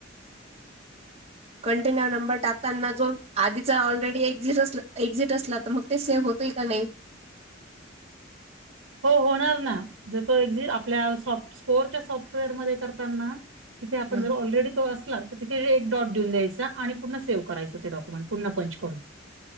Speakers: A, on the right; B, on the right.
A: कंटेनर नंबर टाकताना जो आधीचा ऑलरेडी एक्झिट अस एक्झिट असला तर मग- ते सेव्ह होतील का नाही?
B: हो होणार ना जर तो एझ आपल्या सॉफ्ट स्कोअरच्या सॉफ्टवेअरमध्ये करताना तिथे आपण
A: हं.
B: जर ऑलरेडी तो असला तिथे एक डॉट देऊन द्यायचा आणि पुन्हा सेव्ह करायंच ते डक्युमेंट पुन्हा पंच करून.